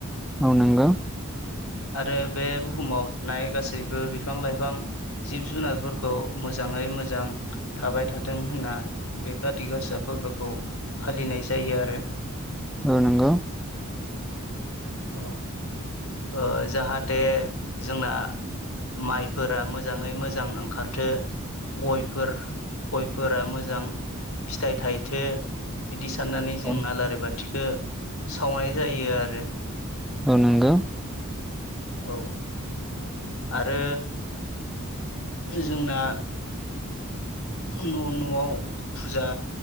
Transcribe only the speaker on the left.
आरो बे बुहुमाव थानाय गासैबो बिफां लाइफां जिब जुनारफोरखौ मोजाङै मोजां थाबाय थाथों होनना बे काति गासा फोरबोखौ फालिनाय जायो आरो
औ ओ जाहाथे जोंना माइफोरा मोजाङै मोजां ओंखारथों गयफोर गयफोरा मोजां फिथाइ थाइथो बिदि साननानै
जों
आलारि बाथिखो सावनाय जायो आरो
औ। आरो जोंना न' न'आव फुजा